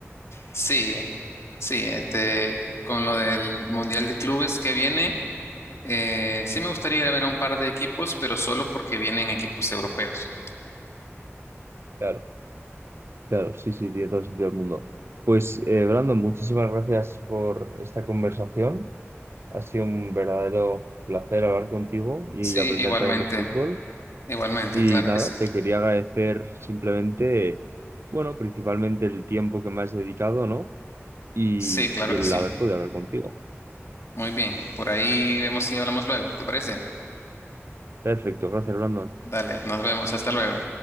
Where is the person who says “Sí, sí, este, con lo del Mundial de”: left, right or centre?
Left